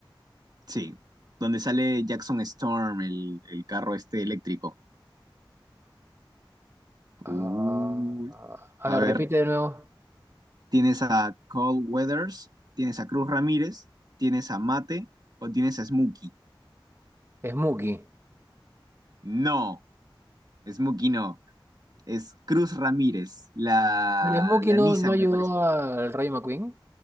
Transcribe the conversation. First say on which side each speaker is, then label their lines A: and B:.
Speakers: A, on the right; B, on the right.
A: Sí, donde sale Jackson Storm, el, el carro este eléctrico.
B: Ah,
A: Uy.
B: a
A: a
B: ver,
A: ver,
B: repite de nuevo.
A: tienes a Carl Weathers, tienes a Cruz Ramírez, tienes a Mate o tienes a Smokey.
B: Smokey.
A: No, Smokey no. Es Cruz Ramírez, la,
B: Pero Smokey
A: la
B: no,
A: Nissan,
B: no ayudó
A: me parece.
B: al Rayo McQueen.